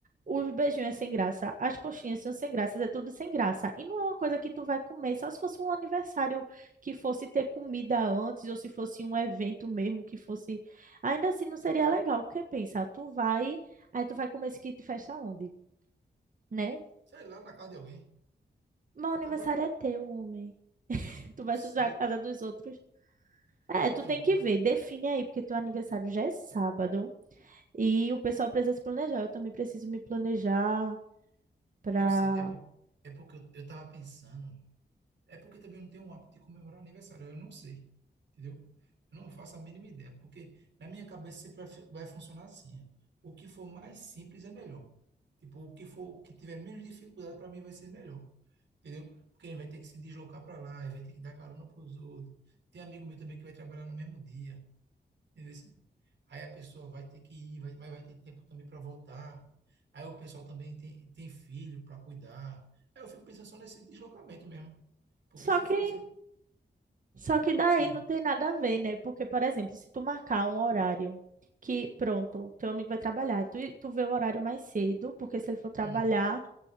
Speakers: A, on the right (about 50°); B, on the right (about 85°).
A: os beijinhos é sem graça, as coxinhas são sem graça, é tudo sem graça. E não é uma coisa que tu vai comer, só se fosse um aniversário que fosse ter comida antes, ou se fosse um evento mesmo que fosse. Ainda assim não seria legal, porque pensa, tu vai, aí tu vai comer esse kit festa onde? né?
B: sei lá, na casa de alguém.
A: Meu
B: Eu
A: aniversário
B: tava,
A: é teu, homem. <laughs> Tu vai
B: eu sei.
A: sujar a casa dos outros. É,
B: Então,
A: tu tem que
B: mas
A: ver, define aí, porque teu aniversário já é sábado e o pessoal precisa se planejar. Eu também preciso me planejar pra.
B: eu sei, é, por, é porque eu, eu tava pensando É porque também eu não tenho um hábito de comemorar aniversário, eu não sei, entendeu? Eu não faço a mínima ideia, porque na minha cabeça sempre vai, fu- vai funcionar assim, ó. O que for mais simples é melhor. Tipo, o que for, o que tiver menos dificuldade para mim vai ser melhor, entendeu? Porque ele vai ter que se deslocar para lá, ele vai ter que dar carona para os outros. Tem amigo meu também que vai trabalhar no mesmo dia. Entendesse? Aí a pessoa vai ter que ir, vai- mas vai ter tempo também para voltar. Aí o pessoal também tem, tem filho para cuidar. Aí eu fico pensando só nesse deslocamento mesmo. Porque
A: Só
B: se
A: que,
B: fosse.
A: só que daí
B: Sim.
A: não tem nada a ver, né? Porque, por exemplo, se tu marcar um horário que, pronto, teu amigo vai trabalhar, tu, tu vê o horário mais cedo, porque se ele for trabalhar,
B: Hum.